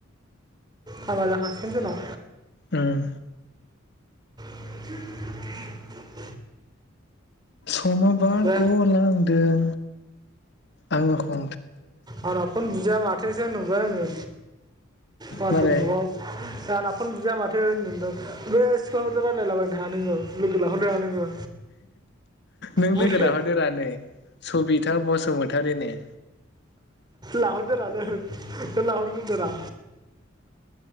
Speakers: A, on the right (about 20°); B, on the left (about 60°).
A: हाबा जाखासिनो दोन'
B: उम
A: <inaudible>
B: समा बारग
A: दे
B: लांदों आङोखौ
A: आंना फन बुजाया माथोसो नुबाय होनो वाटसप
B: मारै
A: ग्रुपआव आं फन बुजया माथो होनदोंदों बे सिख्लाफोरजों रायलायला बायनो हाया नोङो लोगो लाहरनो हाया नोङो
B: नों
A: बुले
B: लोगो लाहरदो रा नै सबिता बसुमतारि नो
A: लाहरदो रा नों लाहरग्रोदो रा